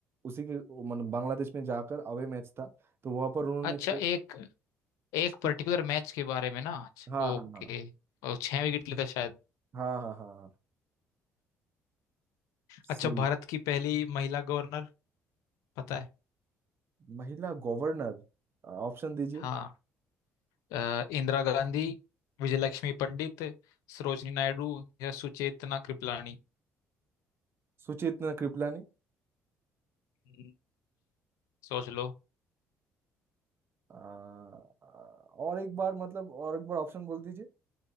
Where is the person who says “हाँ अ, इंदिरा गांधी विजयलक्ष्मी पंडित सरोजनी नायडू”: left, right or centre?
Left